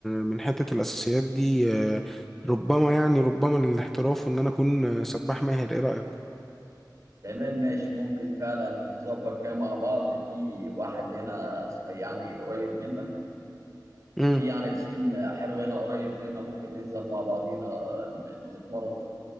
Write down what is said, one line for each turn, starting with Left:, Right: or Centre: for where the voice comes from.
Centre: من حتة الأساسيات دي آه، ربما يعني ربما للاحتراف وان انا اكون آه، سباح ماهر ايه رأيك
Right: تمام ماشي ممكن فعلا نظبط كده مع بعض في واحد هنا يعني قريب منا
Centre: امم
Right: في يعني بسين حلو هنا قريب منا ممكن ننزل مع بعضينا ن- نتمرن